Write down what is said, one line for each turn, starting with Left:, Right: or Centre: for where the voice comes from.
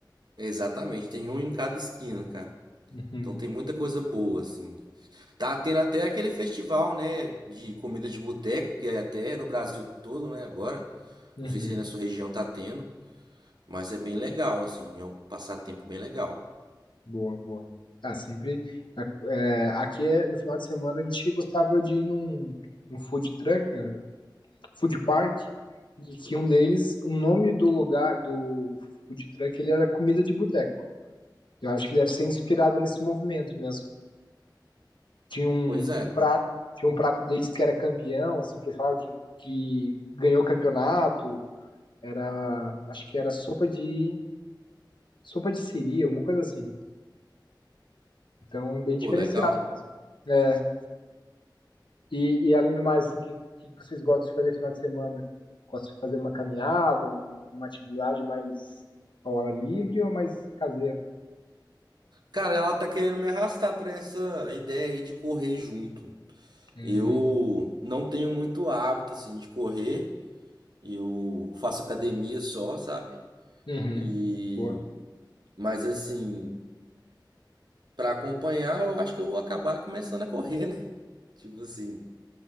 Right: Exatamente, tem um em cada esquina, cara.
Left: Uhum,
Right: Então tem muita coisa boa, assim. Tá tendo até aquele festival, né, de comida de boteco, que é até no Brasil todo, né, agora.
Left: uhum.
Right: Não sei se aí na sua região tá tendo, mas é bem legal, assim, é um passatempo bem legal.
Left: Boa, boa. Ah, sempre. é, é, aqui é, no final de semana a gente gostava de ir num, num food truck, eh, food park, e que um deles, o nome do lugar do food truck, ele era comida de boteco. Eu acho que deve ser inspirado nesse movimento mesmo. Tinha um,
Right: Pois é,
Left: um prato, tinha um prato deles que era campeão, assim, que eles falavam que, que ganhou o campeonato. Era, acho que era sopa de sopa de siri, uma coisa assim. Então, bem diferenciado
Right: pô, legal.
Left: mesmo. É, E, e além do mais, assim, o que, que vocês gostam de fazer no final de semana? Gostam de fazer uma caminhada, um- uma atividade mais ao ar livre ou mais caseira?
Right: Cara, ela tá querendo me arrastar pra essa ideia aí de correr junto.
Left: Hum,
Right: Eu não tenho muito hábito, assim, de correr. Eu faço academia só, sabe?
Left: uhum,
Right: E...
Left: boa.
Right: Mas, assim, pra acompanhar, eu acho que eu vou acabar começando a correr, né? <laughs> Tipo assim,